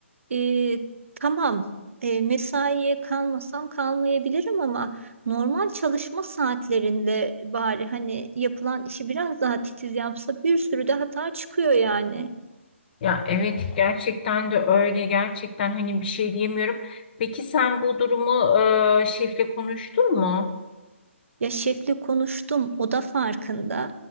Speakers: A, on the right; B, on the left.
A: e, tamam e, mesaiye kalmasam kalmayabilirim ama normal çalışma saatlerinde bari hani yapılan işi biraz daha titiz yapsa bir sürü de hata çıkıyor yani.
B: Ya evet gerçekten de öyle gerçekten hani bir şey diyemiyorum. Peki sen bu durumu e, şefle konuştun mu?
A: Ya şefle konuştum, o da farkında.